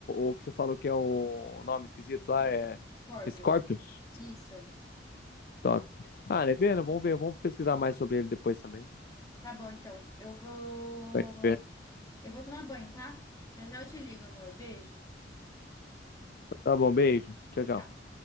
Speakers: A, on the left; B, on the left.
A: o que você falou que é o nome esquisito lá, é
B: Scorpios.
A: Scorpions.
B: Isso.
A: Top. Ah, né, vendo? Vamos ver, vamos pesquisar mais sobre ele depois também.
B: Tá bom, então. Eu vou.
A: Vai ver.
B: Eu vou tomar banho, tá? Já já eu te ligo, amor. Beijo.
A: Tá bom, beijo. Tchau,
B: Tchau.
A: tchau.